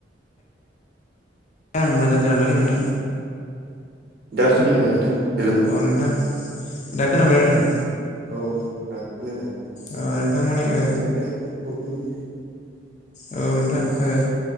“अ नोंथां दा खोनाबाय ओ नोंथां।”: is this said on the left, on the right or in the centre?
Left